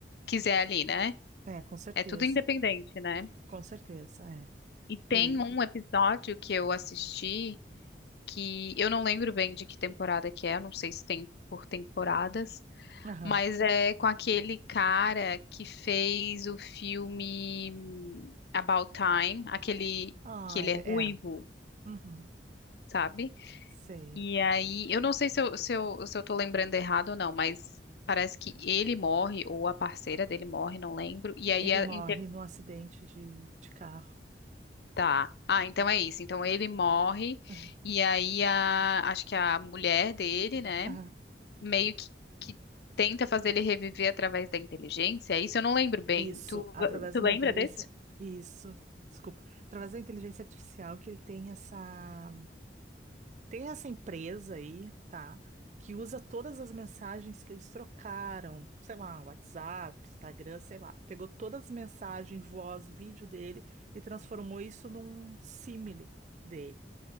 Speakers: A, on the left (about 65°); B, on the right (about 40°).
A: quiser ali, né?
B: é, é, com certeza,
A: É tudo independente, né?
B: com certeza, é.
A: E
B: E,
A: tem um episódio que eu assisti que eu não lembro bem de que temporada que é, eu não sei se tem por temporadas,
B: aham,
A: mas é com aquele cara que fez o filme hum, About Time, aquele
B: ah,
A: que ele é ruivo,
B: é, uhum,
A: sabe?
B: sei.
A: E aí, eu não sei se eu, se eu, se eu tô lembrando errado ou não, mas parece que ele morre, ou a parceira dele morre, não lembro, e
B: Ele
A: aí a
B: morre
A: inter-
B: num acidente de, de carro.
A: Tá. Ah, então é isso. Então ele morre,
B: Aham,
A: e aí a, acho que a mulher dele, né?
B: aham.
A: meio que, que tenta fazer ele reviver através da inteligência. É Isso eu não lembro bem.
B: Isso,
A: Tu,
B: através
A: tu
B: de uma
A: lembra
B: inteligência,
A: desse?
B: isso, desculpa, através da inteligência artificial que ele tem essa Tem essa empresa aí, tá? Que usa todas as mensagens que eles trocaram, sei lá, WhatsApp, Instagram, sei lá. Pegou todas as mensagens, voz, vídeo dele e transformou isso num símile dele.